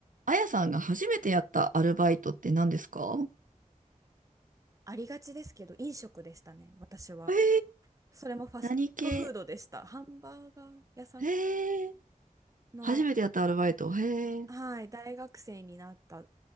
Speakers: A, on the right; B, on the right.
A: あやさんが初めてやったアルバイトって何ですか
B: ありがちですけど、飲食でしたね、私は。
A: えー、
B: それもファストフードでした。
A: 何系
B: ハンバーガー屋さん
A: えー、
B: の、
A: 初めてやったアルバイト。へえ。
B: はい、大学生になった